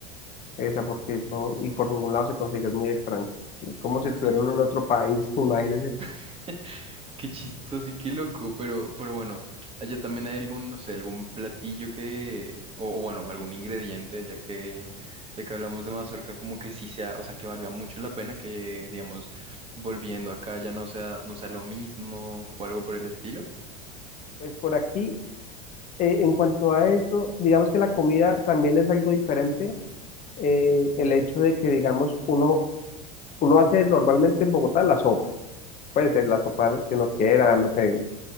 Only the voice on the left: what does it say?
Esa, porque todo, y por ningún lado se consigue, es muy extraño. Es como
si estuviera uno en otro país, imagínense.
Pues por aquí, eh, en cuanto a eso, digamos que la comida también es algo diferente. eh, el hecho de que, digamos, uno, uno hace normalmente en Bogotá la sopa, puede ser la sopa que uno quiera, no sé.